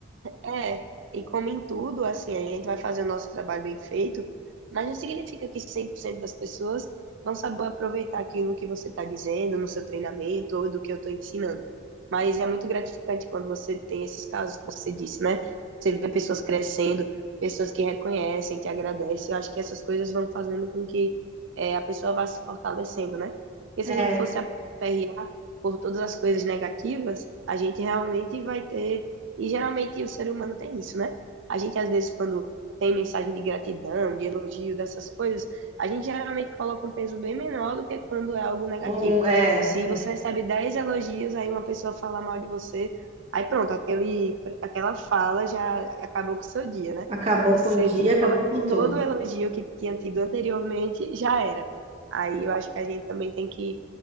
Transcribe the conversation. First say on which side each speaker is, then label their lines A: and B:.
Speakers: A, on the right (about 70°); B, on the right (about 30°).
A: É, e como em tudo, assim, a gente vai fazer o nosso trabalho bem feito, mas não significa que 100% das pessoas vão saber aproveitar aquilo que você está dizendo no seu treinamento ou do que eu estou ensinando. Mas é muito gratificante quando você tem esses casos que você disse, né? Você vê pessoas crescendo, pessoas que reconhecem, que agradecem. Eu acho que essas coisas vão fazendo com que é, a pessoa vá se fortalecendo, né? Porque
B: É,
A: se a gente fosse aperrear por todas as coisas negativas, a gente realmente vai ter e geralmente o ser humano tem isso, né? A gente, às vezes, quando tem mensagem de gratidão, de elogio, dessas coisas, a gente geralmente coloca um peso bem menor do que quando é algo negativo.
B: um, é,
A: Se
B: é.
A: você recebe 10 elogios, aí uma pessoa fala mal de você, aí pronto, aquele, aquela fala já acabou com o seu dia, né?
B: acabou
A: Você
B: com o dia,
A: tirou
B: acabou com tudo.
A: todo o elogio que tinha tido anteriormente, já era. Aí eu acho que a gente também tem que